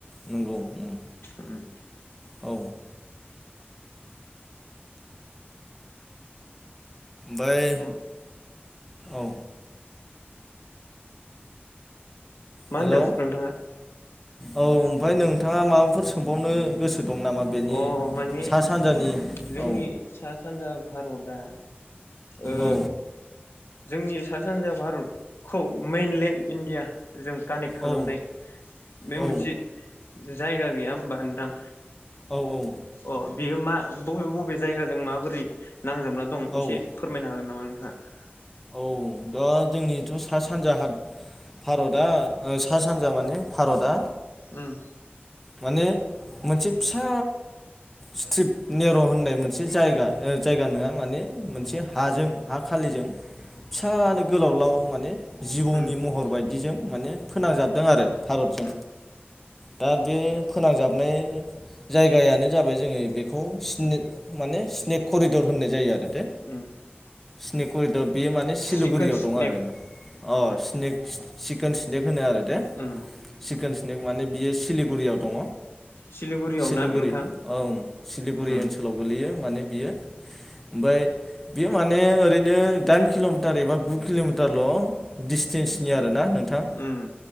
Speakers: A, in the centre; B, on the left.
A: नंगौ उम
B: उम
A: औ बै
B: उम
A: औ
B: मा
A: हेलौ
B: होनदों नोंथाङा
A: औ ओमफाय नोंथाङा माबाफोर सोंबावनो गोसो दं नामा बेनि
B: अ माने
A: सा सानजानि
B: जोंनि
A: औ
B: सा सानजा भारतआ ओ
A: औ
B: जोंनि सा सानजा भारतखौ मैइनलेण्ड इण्डिया जों कानेक्ट खालामनाय
A: औ
B: बे
A: औ
B: मोनसे जायगा गैया होमबा नोंथां
A: औ
B: अ बियो मा बबे बबे जायगाजों माबोरै नांजाबना दं
A: औ
B: एसे
A: औ
B: फोरमायनो हागोन नामा नोंथाङा
A: औ दा जोंनिथ' सा सानजाहा भारतआ ओ सा सानजा माने भारतआ
B: उम
A: माने मोनसे फिसा स्ट्रिप नेर' होननाय मोनसे जायगा ओ जायगा नोआ माने मोनसे हाजों हा खालिजों फिसानो गोलावलाव माने जिबौनि
B: उम
A: महर बायदिजों माने फोनांजाबदों आरो भारतजों
B: उम
A: दा बे फोनांजाबनाय जायगायानो जाबाय जोङो बेखौ स्ने माने स्नेक करिदर होननाय जायो आरो दे
B: उम
A: स्नेक करिदर बेयो माने
B: चिकोन
A: सिलिगुरियाव
B: स्नेक
A: दं आरो अ स्नेक चिकेन स्नेक होनो आरो दे
B: उम
A: चकेन स्नेक माने बियो सिलिगुरियाव दङ
B: सिलिगुरियाव
A: सिलिगुरि
B: ना नोंथां
A: ओंङ सिलिगुरि
B: उम
A: ओनसोलाव गोलैयो माने बियो ओमफ्राय बियो माने ओरैनो दाइन किल'मिटार एबा गु किल'मिटारल' डसटेन्सनि आरो ना नों नोंथां
B: उम